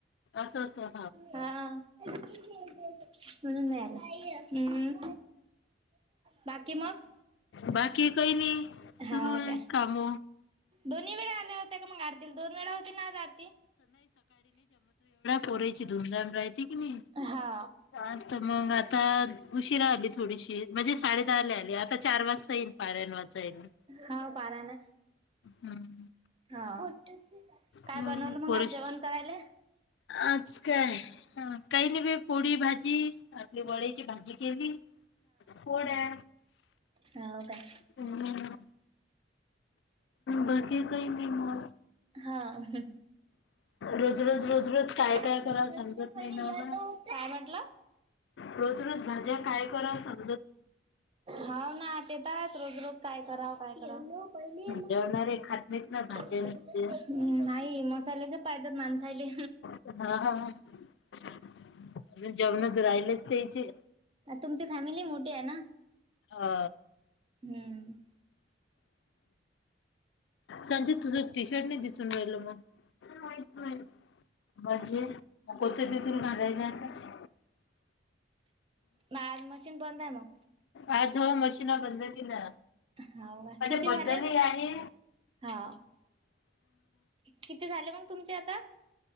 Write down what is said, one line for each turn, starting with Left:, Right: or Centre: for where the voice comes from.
Left: असं असं
Right: हा. <unintelligible> नाय आलं हम्म. बाकी मग
Left: बाकी काही नाही सुरू
Right: हाव
Left: आहे
Right: का.
Left: काम.
Right: दोन्ही वेळा आल्या होत्या का मग आरतील दोन वेळा होती ना आज आरती.
Left: पोरीयाची धूमधाम राहते की मी
Right: हा
Left: आता मग आता उशीरा आली थोडीशी म्हणजेच साडे दहाला आली आता चार वाजता येईल पारायण वाचायला.
Right: हा पारा ना
Left: हम्म.
Right: हा काय
Left: हम्म
Right: बनवल मग
Left: पोरस
Right: आज जेवण करायले
Left: आज काय काही नाई बाई पोडी भाजी आपली वड्याची भाजी केली कोड्या
Right: हाव का
Left: हम्म बाकी काय नाही मग
Right: हा ह
Left: रोज रोज रोज रोज काय
Right: काय
Left: काय कराल समजत नाही ना मग
Right: म्हटलं
Left: रोज रोज भाज्या काय करा साग
Right: हाव ना तेत आहे रोज रोज काय कराव काय कराव पहि
Left: जेवणारे खात नाहीत ना भाज्या
Right: ह
Left: नुसत्या.
Right: नाही मसाल्याचे पाहिज माणसायले
Left: हा ह हे अजून जेवणच राहिलच त्याचे
Right: तुमची फॅमिली मोठी आहे ना
Left: हो
Right: हुम्म
Left: संजित की शर्ट नाही दिसून राहिल मग म्हणजे मग कोणत तथरूनलायला आता
Right: नाय आज मशीन बंद आहे मग
Left: आज हो मशीन बंद केल्या
Right: हो का
Left: म्हणजे
Right: किती
Left: बद्दलही
Right: झाले मग
Left: आहे
Right: हा किती झाले मग तुमचे आता